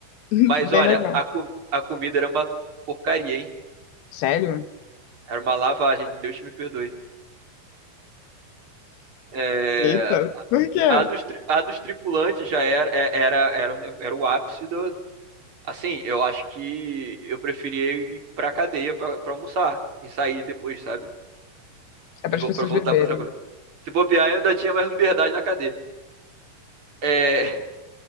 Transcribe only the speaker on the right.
Mas olha,
a, co- a comida era uma porcaria, hein?
Era uma lavagem, Deus me perdoe. É,
a dos, tri- a dos tripulantes já era, é- era, era, o ne- era o ápice do. Assim, eu acho que eu preferia ir pra cadeia pra, pra almoçar e sair depois, sabe?
E vou,
pra voltar
pro trabalho. Se bobear, eu ainda tinha mais liberdade na cadeia. É, <laughs>